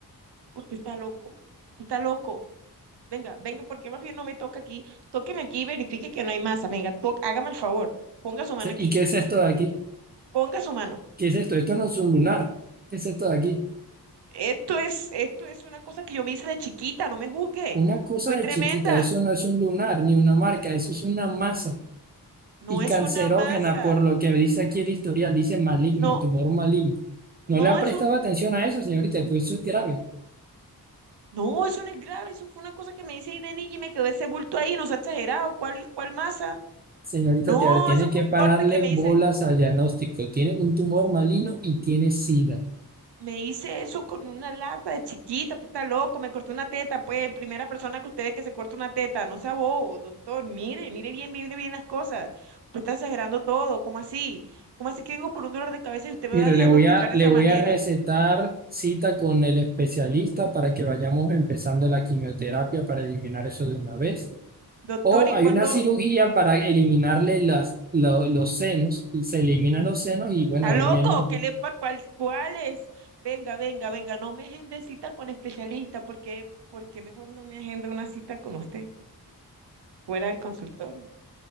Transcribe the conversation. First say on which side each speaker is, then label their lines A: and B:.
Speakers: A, on the right (about 85°); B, on the right (about 25°).
A: Usted está loco, está loco. Venga, venga, porque más bien no me toca aquí. Tóqueme aquí y verifique que no hay masa. Venga, to- hágame el favor, ponga su mano
B: Sí,
A: aquí,
B: ¿Y qué es esto de aquí?
A: ponga su mano.
B: ¿Qué es esto? Esto no es un lunar. ¿Qué es esto de aquí?
A: Esto es, esto es una cosa que yo me hice de chiquita, no me juzgue.
B: Una cosa
A: Fui
B: de
A: tremenda.
B: chiquita, eso no es un lunar ni una marca, eso es una masa
A: No
B: y
A: es
B: cancerógena,
A: una masa.
B: por lo que dice aquí el historial, dice maligno,
A: No,
B: tumor maligno.
A: no
B: No le ha prestado
A: es un tumor.
B: atención a eso, señorita, pero eso es grave.
A: No, eso no es grave. Eso fue una cosa que me hice ahí de niña y me quedó ese bulto ahí. No se ha exagerado. ¿Cuál, cuál masa?
B: Señorita,
A: No,
B: te ver, tiene
A: eso
B: que
A: fue un
B: pararle
A: corte que me
B: bolas
A: hice.
B: al diagnóstico. Tiene un tumor maligno y tiene SIDA.
A: Me hice eso con una lata de chiquita, usted está loco, me cortó una teta, pues, primera persona que usted ve que se corta una teta, no sea bobo, doctor, mire, mire bien, mire bien las cosas, usted está exagerando todo, ¿cómo así? ¿Cómo así que vengo por un dolor de cabeza y usted me
B: Mire,
A: va a diagnosticar
B: le voy a,
A: de
B: le
A: esa
B: voy
A: manera?
B: a recetar cita con el especialista para que vayamos empezando la quimioterapia para eliminar eso de una vez.
A: Doctor,
B: O
A: ¿y
B: hay
A: cuándo?
B: una cirugía para eliminarle las, lo- los senos, se eliminan los senos y bueno,
A: ¿Está
B: ahí
A: loco?
B: menos.
A: ¿Qué le pasa? ¿Cuál, cuáles Venga, venga, venga, no me agende cita con especialista, porque, porque mejor no me agenda una cita con usted, fuera del consultorio,